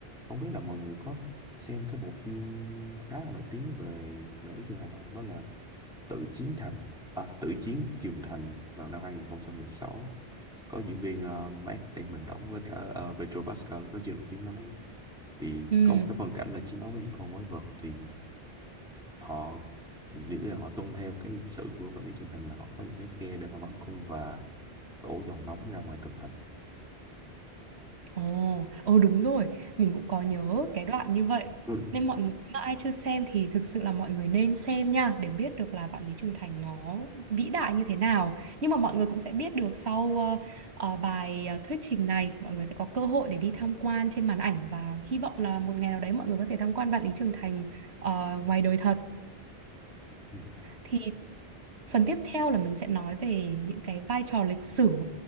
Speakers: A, in the centre; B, on the right.
A: không biết là mọi người có xem cái bộ phim khá là nổi tiếng về về Lý Trường Thành không đó là Tự Chiến Thành à, Tự Chiến Trường Thành vào năm hai không một sáu có diễn viên uh, Matt Damon đóng với cả uh, Pedro Pascal lúc đó chưa nổi tiếng lắm thì
B: ừ
A: có một cái phân cảnh là chiến đấu với những con quái vật thì họ nghĩa là họ tuân theo cái lịch sử của quản lý trường thành là họ có những cái khe để mà bắn cung và đổ dòng nóng ra ngoài tường thành
B: Ồ, ừ đúng rồi, mình cũng có nhớ cái đoạn như vậy.
A: Ừ.
B: Nên mọi người nếu mà ai chưa xem thì thực sự là mọi người nên xem nha để biết được là Vạn Lý Trường Thành nó vĩ đại như thế nào. Nhưng mà mọi người cũng sẽ biết được sau ờ, ờ, bài ờ, thuyết trình này thì mọi người sẽ có cơ hội để đi tham quan trên màn ảnh và hy vọng là một ngày nào đấy mọi người có thể tham quan Vạn Lý Trường Thành ờ, ngoài đời thật.
A: Ừ.
B: Thì phần tiếp theo là mình sẽ nói về những cái vai trò lịch sử